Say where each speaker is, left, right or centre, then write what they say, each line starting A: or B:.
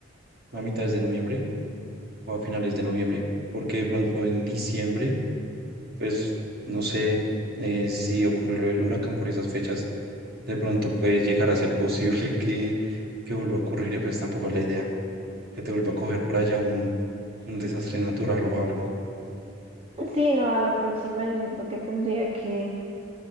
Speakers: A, on the right; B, on the right.
A: a mitades de noviembre o a finales de noviembre, porque de pronto en diciembre, pues no sé eh, si ocurrió lo del huracán por esas fechas, de pronto puede llegar a ser posible <laughs> que, que vuelva a ocurrir y pues tampoco es la idea que te vuelva a coger por allá un, un desastre natural o algo.
B: <laughs> Sí, no, a la próxima yo siento que tendría que,